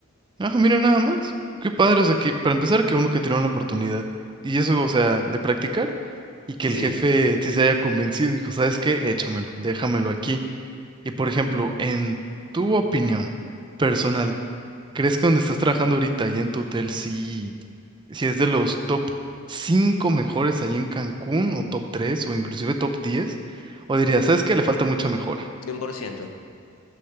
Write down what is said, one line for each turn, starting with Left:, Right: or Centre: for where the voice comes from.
Right: Ah, mira nada más. Qué padre, o sea, que para empezar, que uno que tiene la oportunidad. Y eso, o sea, de practicar. y que
Left: Sí.
Right: el jefe sí se haya convencido, y dijo, ¿sabes qué? Échamelo, déjamelo aquí. Y por ejemplo, en tu opinión personal, ¿crees que donde estás trabajando ahorita, ahí en tu hotel, sí, sí es de los top 5 mejores ahí en Cancún, o top 3 o inclusive top diez ¿O dirías, ¿sabes qué? Le falta mucha mejora.
Left: cien por ciento